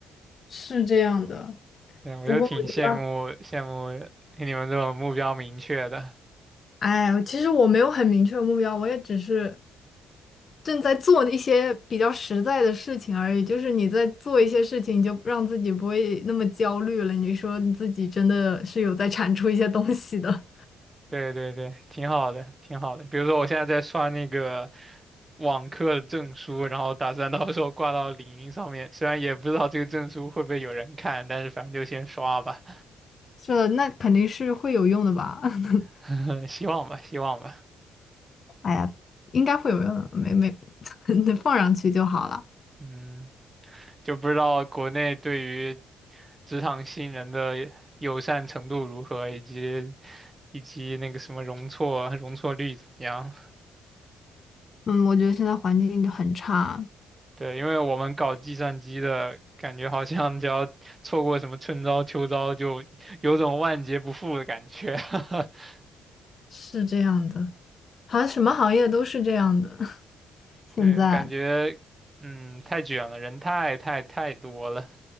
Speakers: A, on the left (about 45°); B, on the right (about 20°).
A: 是这样的。
B: 对，我就挺羡慕羡慕你们这种目标明确的。
A: 不过我觉得，哎，其实我没有很明确的目标，我也只是正在做一些比较实在的事情而已。就是你在做一些事情，你就让自己不会那么焦虑了。你说你自己真的是有在产出一些东西的。
B: 对对对，挺好的，挺好的。比如说，我现在在刷那个网课证书，然后打算到时候挂到领英上面。虽然也不知道这个证书会不会有人看，但是反正就先刷吧，
A: 是的，那肯定是会有用的吧？<laughs>
B: <laughs> 希望吧，希望吧。
A: 哎呀，应该会有用的，没没，<laughs> 你放上去就好了。
B: 嗯，就不知道国内对于职场新人的友善程度如何，以及以及那个什么容错容错率怎么样。
A: 嗯，我觉得现在环境就很差，
B: 对，因为我们搞计算机的，感觉好像只要错过什么春招秋招，就有种万劫不复的感觉。<laughs>
A: 是这样的，好像什么行业都是这样的。<laughs>
B: 对，
A: 现在，
B: 感觉嗯太卷了，人太太太多了，